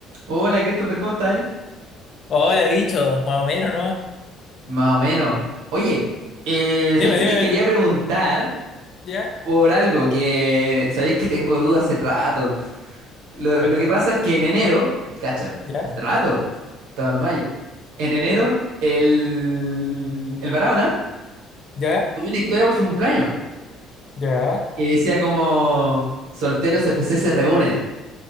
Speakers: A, on the right; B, on the left.
A: Hola Christopher, ¿cómo estás?
B: Hola, bicho, más o menos, ¿no?
A: Más o menos. Oye, eh, ¿sabéis
B: Dime,
A: que
B: dime,
A: te quería preguntar
B: ya,
A: por algo que sabéis que tengo dudas hace rato? Lo,
B: cuéntame,
A: lo que pasa es que en enero, cacha,
B: ya,
A: hace rato, estaba en mayo. En enero, el, el Barahona
B: ya,
A: tuvo una historia por su cumpleaños
B: ya,
A: que decía como solteros FC se reúne.